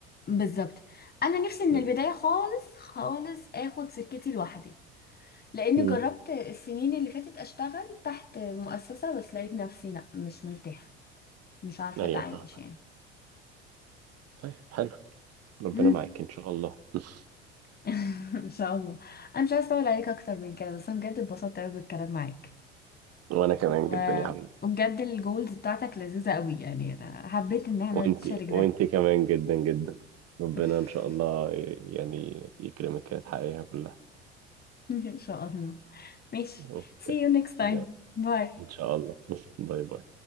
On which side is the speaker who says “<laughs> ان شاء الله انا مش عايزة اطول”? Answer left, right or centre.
Left